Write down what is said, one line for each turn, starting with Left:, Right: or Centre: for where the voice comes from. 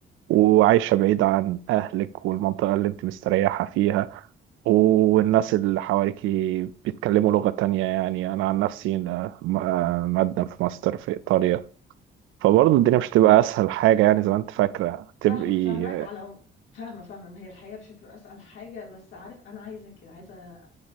Right: وعايشه بعيده عن اهلك والمنطقه اللي انت مستريحه فيها والناس اللي حواليكي بيتكلموا لغه تانية يعني انا عن نفسي انا م- آه، مقدم في ماستر في ايطاليا فبرضه الدنيا مش تبقى اسهل حاجه يعني زي ما انت فاكره تبقي
Left: فاهم فاهماك على العموم. فاهمة فاهمة إن هي الحياة مش هتبقى أسهل حاجة بس عارف أنا عايزة كده عايزة